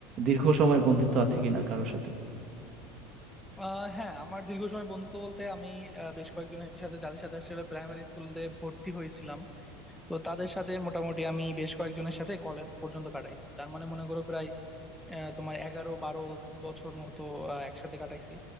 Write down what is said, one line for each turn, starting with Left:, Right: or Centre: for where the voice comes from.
Right: দীর্ঘ সময় বন্ধুত্ব আছে কিনা কারোর সাথে
Centre: আহ হ্যাঁ আমার দীর্ঘ সময় বন্ধুত্ব বলতে আমি আহ, বেশ কয়েকজনের সাথে যাদের সাথে আসলে প্রাইমারি স্কুলে ভর্তি হয়েছিলাম তো তাদের সাথে মোটামুটি আমি বেশ কয়েকজনের সাথে কলেজ পর্যন্ত কাটাইছি তার মানে মনে করো প্রায় আহ, তোমার এগারো বারো বছর মতো আহ, একসাথে কাটাইছি